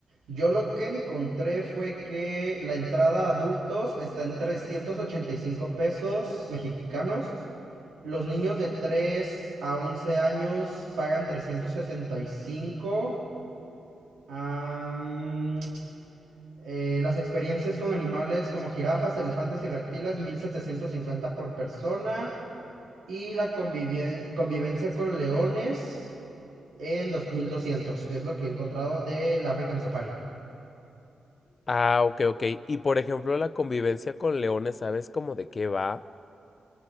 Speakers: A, on the right (about 80°); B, on the left (about 50°).
A: Yo lo que encontré fue que la entrada a adultos está en 385 pesos mexicanos. Los niños de 3 a 11 años pagan 375. Am, Eh, las experiencias con animales como jirafas, elefantes y reptiles, 1750 por persona. Y la convivien- convivencia con leones en dos mil doscientos Es lo que he encontrado del African Safari.
B: Ah, ok, ok. Y por ejemplo, la convivencia con leones, ¿sabes cómo de qué va?